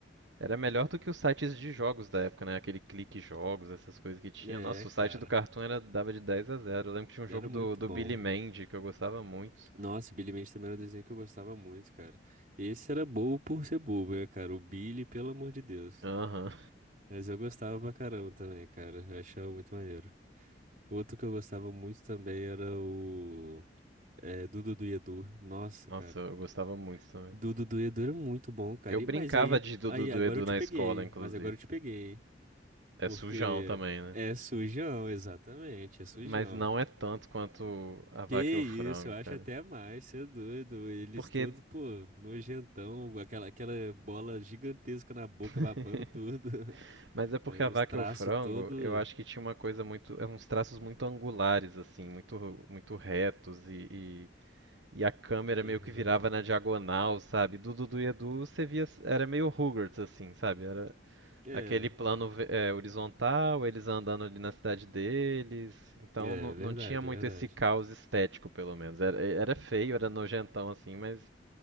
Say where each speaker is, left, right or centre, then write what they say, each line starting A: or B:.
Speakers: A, on the right (about 85°); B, on the right (about 45°).
A: Era melhor do que os sites de jogos da época, né? Aquele clique jogos, essas coisas que tinha.
B: É,
A: Nossa, o
B: cara,
A: site do Cartoon era... dava de 10 a zero. Eu lembro que tinha um
B: era
A: jogo
B: muito
A: do, do
B: bom.
A: Billy Mandy que eu gostava muito.
B: Nossa, Billy Mandy também era um desenho que eu gostava muito, cara. Esse era bobo por ser bobo, né, cara? O Billy, pelo amor de Deus.
A: Aham.
B: Mas eu gostava pra caramba também, cara, eu achava muito maneiro. Outro que eu gostava muito também era o... É, Dudu do Edu. Nossa,
A: <laughs> Nossa,
B: cara.
A: eu gostava muito também.
B: Do Dudu e Edu era muito bom, cara.
A: Eu brincava
B: E, mas aí,
A: de Dudu
B: aí
A: do
B: agora
A: Edu
B: eu te
A: na
B: peguei.
A: escola, inclusive.
B: Mas agora eu te peguei.
A: É
B: Porque
A: sujão também, né?
B: é sujão, exatamente, é sujão.
A: Mas não é tanto quanto a vaca
B: Que
A: e o
B: isso,
A: frango,
B: eu acho
A: cara.
B: até mais, cê é doido. Eles
A: Porque.
B: todos, pô, nojentão, com aquela, aquela bola gigantesca na boca,
A: <laughs>
B: babando tudo. <laughs>
A: Mas é porque
B: Aí
A: a vaca
B: os traços
A: e o frango,
B: todo.
A: eu acho que tinha uma coisa muito, é uns traços muito angulares assim, muito muito retos e, e, e a câmera
B: Aham.
A: meio que virava na diagonal, sabe? Do Dudu e Edu você via, era meio Rugrats assim, sabe? Era
B: É,
A: aquele plano ve- é, horizontal, eles andando ali na cidade deles, então
B: é é
A: não,
B: verdade,
A: não tinha muito
B: é verdade.
A: esse caos estético pelo menos. Era, era feio, era nojentão assim, mas